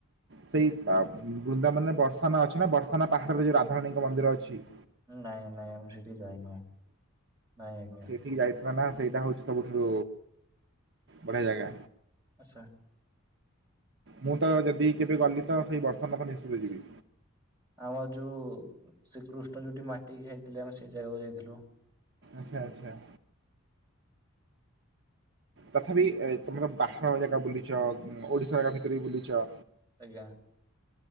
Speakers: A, on the right; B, on the right.
A: ସେଇବା ବୃନ୍ଦାବନରେ ବର୍ଷାନା ଅଛି ନା ବର୍ଷାନା ପାହାଡରେ ଯୋଉ ରାଧାରାଣୀଙ୍କ ମନ୍ଦିର ଅଛି।
B: ନାଇଁ ନାଇଁ ଆମେ ସେଠି ଯାଇନୁ ନାଇଁ ଆଜ୍ଞା।
A: ଠିକ ଯାଇଥିଲା ନା ସେଇଟା ହଉଛି ସବୁଠାରୁ ବଢିଆ ଜାଗା।
B: ଆଚ୍ଛା।
A: ମୁଁ ତ ଯଦି କେବେ ଗଲି ତ ସେଇ ବର୍ଷ ନ ତ ନିଶ୍ଚିତ ଯିବି।
B: ଆମର ଯୋଉ ଶ୍ରୀକୃଷ୍ଣ ଯୋଉଠି ମାଟି ଖାଇଥିଲେ ଆମେ ସେଇ ଜାଗାକୁ ଯାଇଥିଲୁ।
A: ଆଛା ଆଚ୍ଛା। ତଥାପି ତମର ପାହାର ଜାଗା ବୁଲିଚ ଓଡିଶା ଜାଗା ଭିତରେ ବି ବୁଲିଚ।
B: ଆଜ୍ଞା।